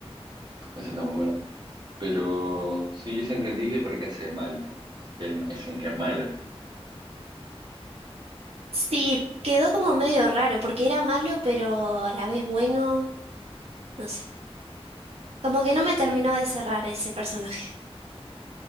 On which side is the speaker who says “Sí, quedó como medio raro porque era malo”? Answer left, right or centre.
Right